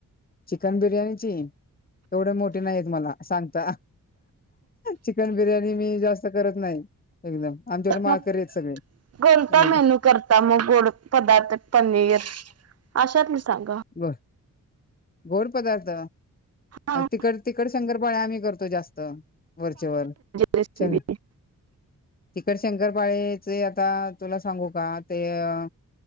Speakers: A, on the left; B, on the right.
A: चिकन बिर्याणीची एवढी मोठी नाही येत मला सांगता. चिकन बिर्याणी मी जास्त करत नाही. एकदम आमच्याकडे माळकरी
B: मग
A: येत सगळे. <inaudible>
B: कोणता मेनू करता मग गोड पदार्थ पनीर अशातली सांगा.
A: बर गोड पदार्थ
B: हा
A: अ तिकड तिकड शंकरपाळ्या आम्ही करतो जास्त वरच्यावर
B: रेसिपी
A: चा तिकट शंकरपाळेचे आता तुला सांगू का ते अ